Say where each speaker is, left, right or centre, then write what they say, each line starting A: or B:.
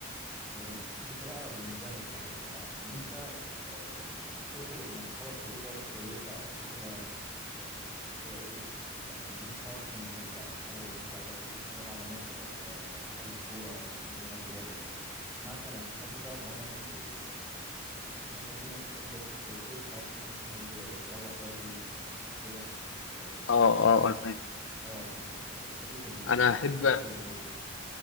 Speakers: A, in the centre; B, on the left.
A: آه، انت بقى بالنسبه لك يعني آه، ان انت آه، تخرج مع صحابك خروجه كويسه او خروجه آه، اللي هو ايه يعني ان انتوا خرجتوا النهارده او حاجه زي كده او رايحين تتفرجوا على ماتش او آه، حجز كوره او رايحين تتغدوا بره مثلا تحب تقعد معاهم وقت قد ايه يعني آه، مثلا في ناس تحب ت- تسهر في ناس تحب تروح بدري ت- كده آه، في
B: اه
A: ناس مثلا
B: اه انا فاهم
A: اه يعني بت- بتحبش ال-
B: انا
A: الخروجه
B: احب
A: تبقى كبيره